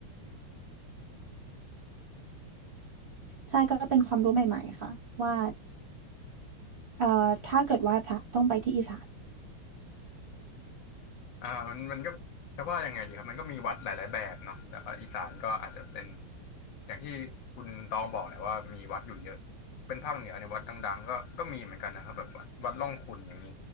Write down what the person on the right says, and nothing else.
ใช่ก็เป็นความรู้ใหม่ๆค่ะว่าเอ่อถ้าเกิดไหว้พระต้องไปที่อีสาน